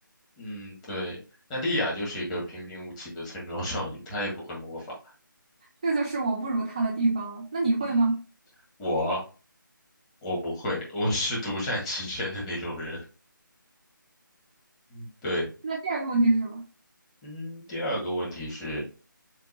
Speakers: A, on the left; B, on the right.
A: 嗯，对，那莉亚就是一个平平无奇的村庄少女，她也不会魔法。
B: 这就是我不如她的地方了。那你会吗？
A: 嗯，我我不会，我是独善其身的那种人。嗯对，
B: 那第二个问题是什么？
A: 嗯，第二个问题是。